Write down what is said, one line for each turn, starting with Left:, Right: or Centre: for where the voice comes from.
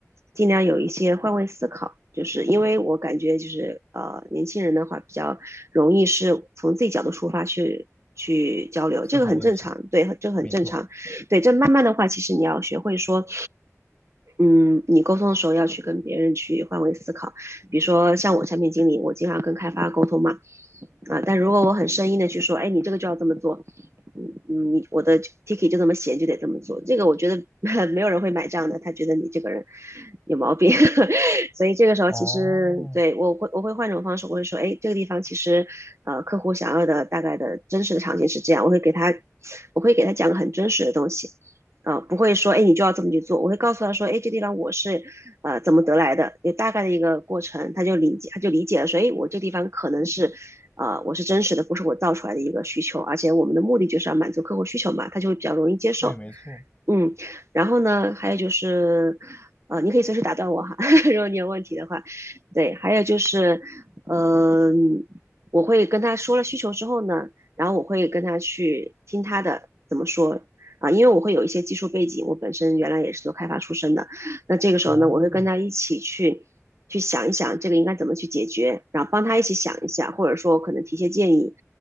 Right: 尽量有一些换位思考，就是因为我感觉就是呃，年轻人的话比较容易是从自己角度出发去。去交流，
Left: 思考问题，
Right: 这个很正常，对，这个很正常，
Left: 没错。
Right: 对，这慢慢的话，其实你要学会说，嗯，你沟通的时候要去跟别人去换位思考。比如说像我产品经理，我经常跟开发沟通嘛，啊，但如果我很生硬的去说，哎，你这个就要这么做，嗯嗯，你我的 ticket 就这么写，就得这么做，这个我觉得 <laughs> 没有人会买账的，他觉得你这个人有毛病，<laughs> 所以这个时候其实对我会我会换种方式，
Left: 哦，
Right: 我会说，哎，这个地方其实呃客户想要的大概的真实的场景是这样，我会给他我会给他讲个很真实的东西。呃，不会说，哎，你就要这么去做。我会告诉他说，哎，这地方我是，呃，怎么得来的，有大概的一个过程，他就理解，他就理解了，说，哎，我这地方可能是，呃，我是真实的，不是我造出来的一个需求，而且我们的目的就是要满足客户需求嘛，他就会比较容易接受。
Left: 对，没错，
Right: 嗯，然后呢，还有就是，呃，你可以随时打断我哈，<laughs> 如果你有问题的话，对，还有就是，嗯，我会跟他说了需求之后呢，然后我会跟他去听他的怎么说啊，因为我会有一些技术背景，我本身原来也是做开发出身的，那这个时候呢，
Left: 哦，
Right: 我会跟他一起去去想一想这个应该怎么去解决，然后帮他一起想一下，或者说我可能提些建议，